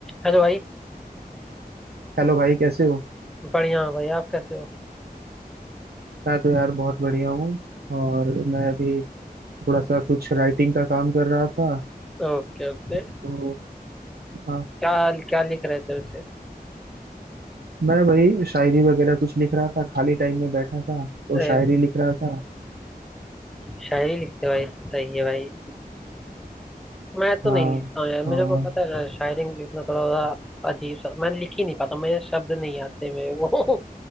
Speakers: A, in the centre; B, on the right.
A: Hello भाई
B: हेलो भाई कैसे हो
A: बढ़िया हूँ भाई आप कैसे हो
B: मैं तो यार बहुत बढ़िया हूँ और मैं अभी थोड़ा सा कुछ राइटिंग का काम कर रहा था
A: Okay okay
B: तो हाँ
A: क्या क्या लिख रहे थे वैसे
B: मैं भाई शायरी वगैरह कुछ लिख रहा था खाली टाइम में बैठा था तो
A: अरे
B: शायरी लिख रहा था
A: शायरी लिखते हो भाई सही है भाई मैं तो
B: हाँ
A: नहीं लिखता हूँ यार
B: और
A: मेरे को पता है ना शायरी लिखना थोड़ा सा अजीब सा मैं लिख ही नहीं पाता मेरे शब्द नहीं आते मेरे को